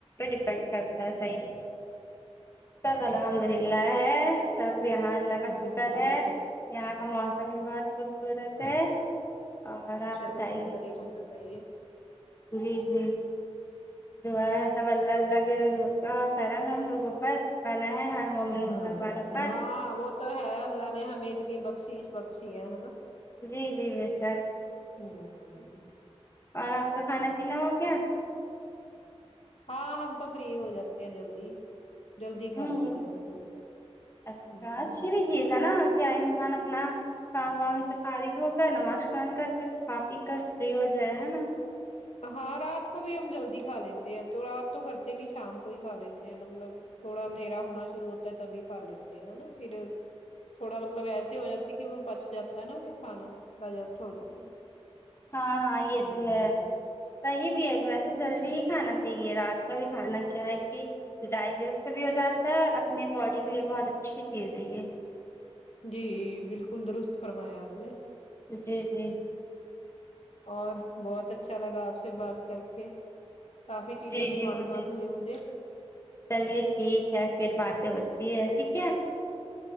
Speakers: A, on the left; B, on the left.
A: ڈیپینڈ کرتا ہے صحیح سب الحمد للہ ہے سب یہاں اللہ کا
B: ہوں
A: شکر ہے یہاں کا موسم بھی بہت خوبصورت ہے اور آپ
B: چلو
A: بتائیے
B: شکر ہی ہونا چاہیے
A: جی جی دعا ہے سب اللہ اللہ کے رسول کا کرم ہم لوگوں پر بنا ہے مومن
B: ہ
A: مسلمانوں پر
B: ہاں وہ تو ہے اللہ نے ہمیں اتنی بخشیش بخشی ہے ہے نا
A: جی جی بےشک
B: ہم
A: اور آپ کا کھانا پینا ہو گیا
B: ہاں ہم تو فری ہو جاتے ہیں جلدی جلدی کھا
A: ہوں
B: لیتے ہیں ہم تو
A: اچھا
B: ہ
A: اچھی بھی چیز نا کیا انسان اپنا کام وام سے فارغ ہو کر نماز قرآن کر کے کھا پی کر فری ہو جائے ہے نا
B: ہاں رات کو بھی ہم جلدی کھا لیتے ہیں تو رات تو کرتے نہیں شام کو ہی کھا لیتے ہیں مطلب تھوڑا اندھیرا ہونا شروع ہوتا ہے تبھی کھا لیتے ہینا پھر تھوڑا مطلب ایسے ہو جاتی کہ وہ بچ جاتا ہے نا پھر کھانا ڈ جس
A: جی ہاں ہاں یہ
B: ہوں
A: تو ہے صحیح بھی ہے ویسے جلدی ہی کھانا چاہیے رات کا بھی کھانا کیا ہے کہ ڈائجسٹ بھی ہو جاتا ہے اور اپنی باڈی کے لیے بہت اچھی چیز ہے یہ
B: جی بالکل درست فرمایا آپ نے
A: جی جی
B: اور بہت اچھا لگا آپ سے بات کر کے کافی چیزوں
A: جی
B: کی
A: جی
B: معلومات
A: مجھے
B: ہوئی مجھے
A: چلیے ٹھیک ہے پھر باتیں ہو تی ہے ٹھیک ہے